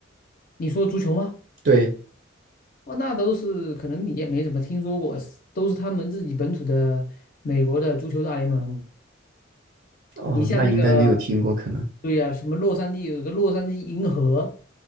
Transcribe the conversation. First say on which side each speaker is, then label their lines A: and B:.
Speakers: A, on the left (about 45°); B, on the right (about 50°).
A: 你说足球吗？
B: 对，
A: 哇，那都是可能你也没怎么听说过，是都是他们自己本土的美国的足球大联盟。
B: 哦，
A: 你像那个，
B: 那应该没有听过，可能
A: 对呀、什么洛杉矶有个洛杉矶银河，